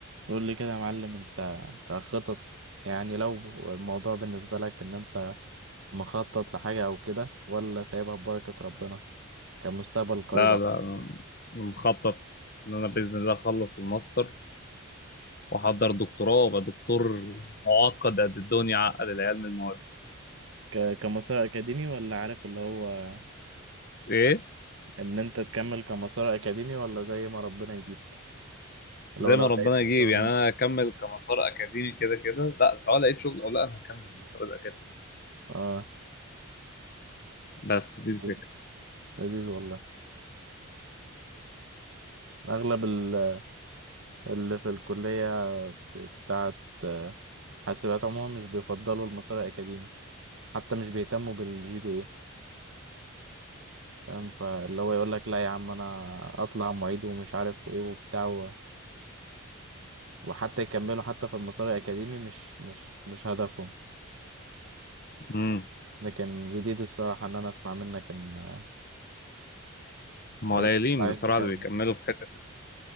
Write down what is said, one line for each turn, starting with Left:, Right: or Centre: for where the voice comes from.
Right: تقول لي كده يا معلم انت كخطط يعني لو الموضوع بالنسبة لك ان انت مخطط لحاجة او كده ولا سايبها ببركة ربنا كمستقبل قريب
Left: لا
Right: او
Left: لا
Right: بعيد؟
Left: أنا مخطط إن أنا بإذن الله أخلص الماستر وأحضر دكتوراه وأبقى دكتور معقد قد الدنيا عقد العيال من المواد
Right: ك- كمسار اكاديمي ولا عارف اللي هو
Left: إيه
Right: ان انت تكمل كمسار اكاديمي ولا زي ما ربنا يجيب اللي
Left: زي
Right: هو لو
Left: ما
Right: لقيت
Left: ربنا يجيب
Right: شغل
Left: يعني أنا أكمل كمسار أكاديمي كده كده لا سواء لقيت شغل أو لا أنا هكمل المسار الأكاديمي
Right: اه
Left: بس دي الفكرة
Right: لذيذ لذيذ والله اغلب ال- اللي في الكلية بتاعت آه، حاسبات عموما مش بيفضلوا المسار الاكاديمي حتى مش بيهتموا بالجي بي اي. فاهم فاللي هو يقول لك لا يا عم انا اطلع معيد ومش عارف وايه وبتاع و... وحتى يكملوا حتى في المسار الاكاديمي مش مش مش هدفهم
Left: امم
Right: لكن جديد الصراحه ان انا اسمع منك ان
Left: هم قليلين
Right: إن أنت عايز
Left: بصراحة
Right: تكمل
Left: اللي بيكملوا في حتة